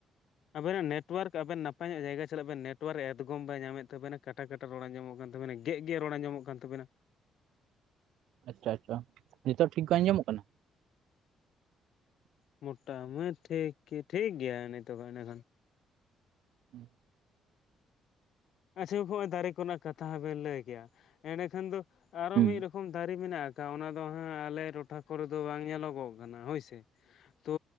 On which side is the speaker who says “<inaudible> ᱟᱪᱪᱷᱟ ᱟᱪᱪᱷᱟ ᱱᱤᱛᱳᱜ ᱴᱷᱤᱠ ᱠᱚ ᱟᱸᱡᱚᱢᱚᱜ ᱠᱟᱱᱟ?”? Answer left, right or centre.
Right